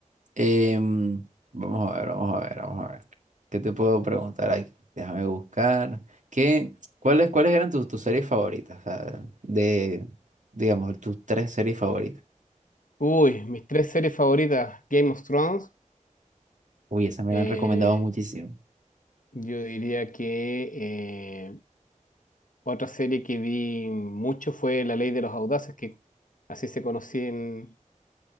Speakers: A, on the right; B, on the left.
A: Em, vamos a ver, vamos a ver, vamos a ver. ¿Qué te puedo preguntar aquí? Déjame buscar. ¿Qué, cuáles, cuáles eran tus, tus series favoritas? O sea, de, digamos, tus tres series favoritas.
B: Uy, mis tres series favoritas, Game of Thrones.
A: Uy, esas me
B: eh,
A: la han recomendado muchísimo.
B: yo diría que eh, otra serie que vi mucho fue La Ley de los Audaces, que así se conocía en,